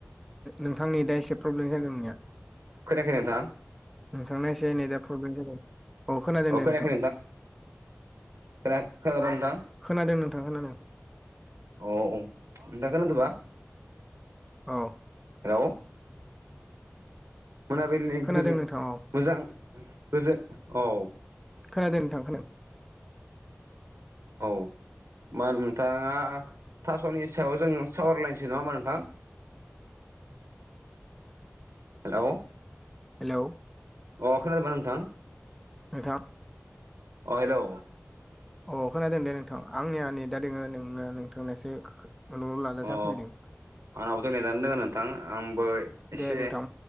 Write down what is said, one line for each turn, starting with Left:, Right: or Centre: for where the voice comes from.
Centre: नोंथांनि दा एसे प्रब्लेम जादों नोंनिया।
Right: खोनायाखै नोंथां?
Centre: नोंथांना एसे नेदा प्रब्लेम जादों औ खोनादों
Right: अ
Centre: दे
Right: खोनायाखै
Centre: नोंथां,
Right: खोना खोनादोंबा नोंथां
Centre: खोनादों नोंथां खोनादों,
Right: अ औ नोंथां खोनादों बा
Centre: औ।
Right: हेलौ। मोनाबिलिनि
Centre: खोनादों
Right: गोजोन
Centre: नोंथां औ
Right: मोजां गोजोन औ।
Centre: खोनादों नोंथां खादो।
Right: औ मा नोंथांङा थास'नि सायाव जों सावराय लायनोसै नङा होमबा नोंथां। हेलौ।
Centre: हेलौ।
Right: अ खोनादोंबा नोंथां।
Centre: नोंथां।
Right: अ हेलौ।
Centre: अ खोनादों दे नोंथां आंनिया नेदा दोङो नों नोंथांनासो ल'ल लाला
Right: अ
Centre: जाफैदों।
Right: आंनाबोथ' नेदानो दङ नोंथां आंबो एसे।
Centre: दे नोंथां